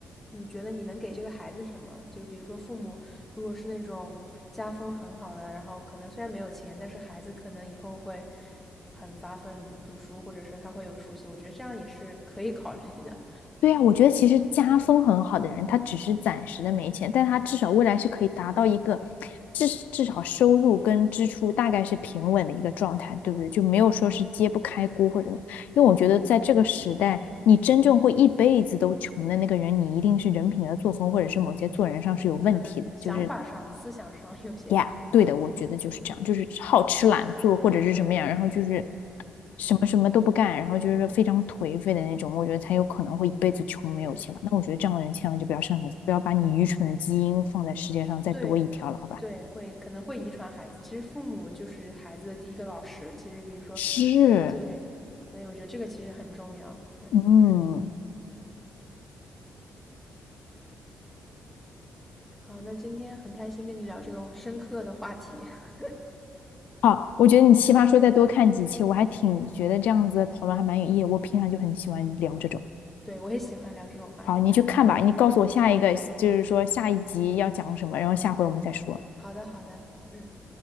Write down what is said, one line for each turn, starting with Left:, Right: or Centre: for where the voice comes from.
Centre: 你觉得你能给这个孩子什么？就比如说父母如果是那种家风很好的，然后可能虽然没有钱，但是孩子可能以后会很发奋读书，或者是他会有出息，我觉得这样也是可以考虑的。
Left: 对呀，我觉得其实家风很好的人，他只是暂时的没钱，但他至少未来是可以达到一个至至少收入跟支出大概是平稳的一个状态，对不对？就没有说是揭不开锅或者什么。因为我觉得在这个时代，你真正会一辈子都穷的那个人，你一定是人品的作风或者是某些做人上是有问题的，
Centre: 对对可能想法上、
Left: 就是
Centre: 思想上有些出入
Left: 呀，对的，我觉得就是这样，就是好吃懒做或者是什么样，
Centre: 对
Left: 然后就是什么什么都不干，然后就是非常颓废的那种，我觉得才有可能会一辈子穷没有钱吧。
Centre: 对。
Left: 那我觉得这样的人千万就不要生孩子，不要把你愚蠢的基因放在世界上再多一条了，
Centre: 对，
Left: 好吧？
Centre: 对，会可能会遗传孩子。其实父母就是孩子的第一个老师。其实比如说，
Left: 是，
Centre: 对，所以我觉得这个其实很重要。对，
Left: 嗯，
Centre: 好，那今天很开心跟你聊这个深刻的话题。<laughs>
Left: 好，我觉得你奇葩说再多看几期，我还挺觉得这样子的讨论还蛮有意义的我平常就很喜欢聊这种。
Centre: 对，我也喜欢聊这种话题。
Left: 好，你去看吧，你告诉我下一个，就是说下一集要讲什么，然后下回我们再说。
Centre: 好的，好的，嗯，